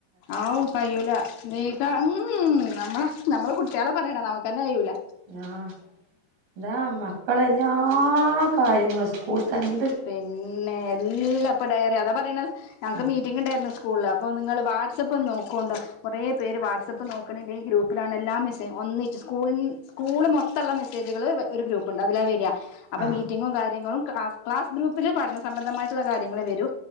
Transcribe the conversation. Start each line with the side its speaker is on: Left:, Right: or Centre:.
Left: ആവൂ കയൂല നീക്ക ഉം നമ്മള നമ്മള് കുട്ടികള പറയണം നമ്ക്കന്നെ കയൂല
Right: ഞാഹ് എന്താ മക്കളെല്ലാ കാര്യങ്ങൾ സ്കൂൾ തന്ന
Left: പിന്നെ എല്ലാപ്പ ഡയറി അതാ പറെണത് ഞങ്ങക്ക്
Right: ആഹ്
Left: മീറ്റിംഗ് ഇണ്ടാര്ന്നു സ്കൂൾല് അപ്പ നിങ്ങള് വാട്സ്അപ്പ് നോക്കോണ്ടോ കുറേ പേര് വാട്സആപ്പ് നോക്കണില്ല ഈ ഗ്രൂപ്പിലാണ് എല്ലാം മെസ്സേ ഒന്നിച്ച്‌ സ്കൂളിൻ സ്കൂള് മൊത്തള്ള മെസ്സേജ്കള് വ് ഒരു ഗ്രൂപ്പ്ണ്ട് അതിലാ വെര്യയ അപ്പ
Right: ആഹ്
Left: മീറ്റിങ്ങും കാര്യങ്ങളും ക അസ് ക്ലാസ്സ് ഗ്രൂപ്പില് പഠന സംബന്ധമായ്ട്ടുള്ള കാര്യങ്ങളെ വെരൂ